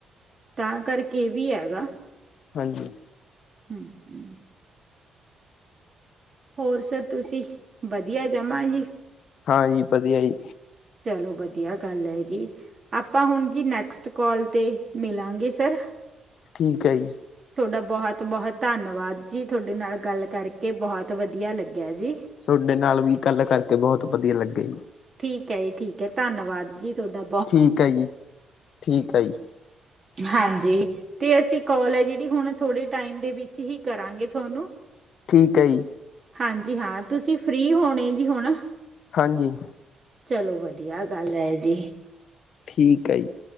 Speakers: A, on the right; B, on the left.
A: ਤਾਂ ਕਰਕੇ ਏ ਵੀ ਹੈਗਾ।
B: ਹਾਂਜੀ।
A: ਹੂੰ-ਹੂੰ ਹੋਰ ਸਰ ਤੁਸੀਂ ਵਧੀਆ ਜਮਾਂ ਜੀ।
B: ਹਾਂਜੀ, ਵਧੀਆ ਜੀ।
A: ਚਲੋ ਵਧੀਆ ਗੱਲ ਐ ਗੀ ਆਪਾਂ ਹੁਣ ਜੀ ਨੈਕਸਟ ਕੋਲ ਤੇ ਮਿਲਾਂਗੇ ਸਰ।
B: ਠੀਕ ਐ ਜੀ।
A: ਥੋਡਾ ਬੋਹਤ-ਬੋਹਤ ਧੰਨਵਾਦ ਜੀ। ਤੁਹਾਡੇ ਨਾਲ ਗੱਲ ਕਰਕੇ ਬੋਹਤ ਵਧੀਆ ਲੱਗਿਆ ਜੀ।
B: ਸੋਡੇ ਨਾਲ ਵੀ ਗੱਲ ਕਰਕੇ ਬੋਹਤ ਵਧੀਆ ਲੱਗਿਆ ਜੀ।
A: ਠੀਕ ਐ ਜੀ ਠੀਕ ਐ, ਧੰਨਵਾਦ ਜੀ ਥੋਡਾ
B: ਠੀਕ ਐ ਜੀ, ਠੀਕ ਐ ਜੀ।
A: ਹਾਂਜੀ। ਤੇ ਅਸੀਂ ਕੋਲ ਐ ਜੇੜੀ ਹੁਣ ਥੋੜੇ ਟਾਈਮ ਦੇ ਵਿੱਚ ਹੀ ਕਰਾਂਗੇ ਥੋਨੂੰ‌।
B: ਠੀਕ ਐ ਜੀ।
A: ਹਾਂਜੀ ਹਾਂ ਤੁਸੀਂ ਫ੍ਰਰੀ ਹੋਣੇ ਜੀ ਹੁਣ?
B: ਹਾਂਜੀ।
A: ਚਲੋ ਵਧੀਆ ਗੱਲ ਐ ਜੀ।
B: ਠੀਕ ਐ ਜੀ।